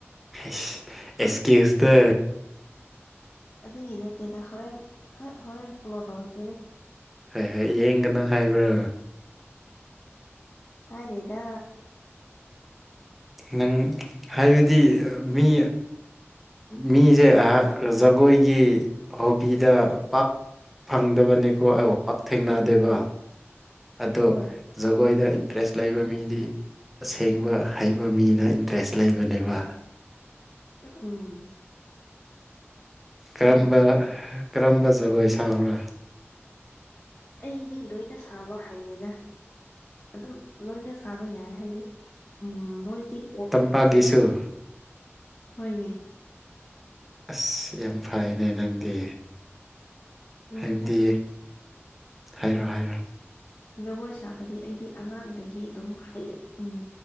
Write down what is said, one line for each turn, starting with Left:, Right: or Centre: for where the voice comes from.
Centre: ꯍꯦꯁ ꯑꯦꯁꯀꯤꯌꯨꯁꯇ
Left: ꯑꯗꯨꯒꯤ ꯅꯠꯇꯦꯗ ꯍꯣꯔꯦꯟ ꯍꯣꯏ ꯍꯣꯔꯦꯟ ꯐꯣꯂꯣ ꯇꯧꯔꯛꯀꯦꯅꯦ
Centre: ꯍꯣꯏ ꯍꯣꯏ ꯌꯦꯡꯒꯅꯨ ꯍꯥꯏꯕ꯭ꯔꯣ
Left: ꯍꯥꯏꯗꯦꯗ
Centre: ꯅꯪ ꯍꯥꯏꯕꯗꯤ ꯃꯤ ꯃꯤꯁꯦ ꯑꯩꯍꯥꯛ ꯖꯒꯣꯏꯒꯤ ꯍꯣꯕꯤꯗ ꯄꯥꯛ ꯐꯪꯗꯕꯅꯤꯀꯣ ꯑꯧ ꯄꯥꯛ ꯊꯦꯡꯅꯗꯦꯕ ꯑꯗꯣ
Left: ꯍꯣꯏ
Centre: ꯖꯒꯣꯏꯗ ꯏꯟꯇꯔꯦꯁ ꯂꯩꯕ ꯃꯤꯗꯤ ꯊꯦꯡꯕ ꯍꯩꯕ ꯃꯤꯅ ꯏꯟꯇꯔꯦꯁ ꯂꯩꯕꯅꯦꯕ
Left: ꯎꯝ
Centre: ꯀꯔꯝꯕ
Left: ꯈꯪꯗ꯭ꯔꯦꯗ
Centre: ꯀꯔꯝꯕ ꯖꯒꯣꯏ ꯁꯥꯕ꯭ꯔꯥ
Left: ꯑꯩꯗꯤ ꯂꯣꯏꯅ ꯁꯥꯕ ꯍꯩꯌꯦꯗ ꯑꯗꯨꯝ ꯂꯣꯏꯅ ꯁꯥꯕ ꯌꯥꯏ ꯍꯥꯏꯗꯤ ꯎꯝ ꯃꯣꯏꯒꯤ ꯄꯣꯞ
Centre: ꯄꯒꯤꯁꯨ
Left: ꯍꯣꯏꯅꯦ
Centre: ꯑꯁ ꯌꯥꯝ ꯐꯩꯅꯦ ꯅꯪꯗꯤ
Left: ꯎꯝ
Centre: ꯍꯥꯏꯕꯗꯤ
Left: ꯍꯥꯏꯗꯤ
Centre: ꯍꯥꯏꯔꯣ ꯍꯥꯏꯔꯣ
Left: ꯖꯒꯣꯏ ꯁꯥꯕꯗꯤ ꯑꯩꯗꯤ ꯑꯉꯥꯡꯗꯒꯤ ꯑꯗꯨꯝ ꯍꯩꯔꯛ ꯎꯝ